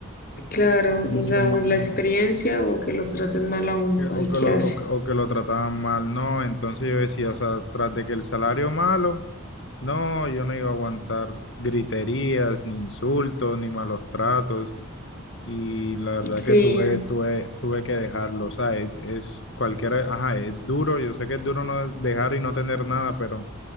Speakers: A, on the left; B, on the left.
A: claro,
B: mucho
A: o sea,
B: mal,
A: o la experiencia o que lo traten mal a uno,
B: o que, o
A: ay,
B: que
A: ¿qué
B: lo,
A: hace?
B: o que o que lo trataban mal, no, entonces yo decía, o sea, tras de que el salario malo, no, yo no iba a aguantar griterías, ni insultos, ni malos tratos, y la verdad
A: Sí,
B: que tuve, tuve, tuve que dejarlo, o sea, es, es cualquiera, ajá, es duro, yo sé que es duro no dejar y no tener nada, pero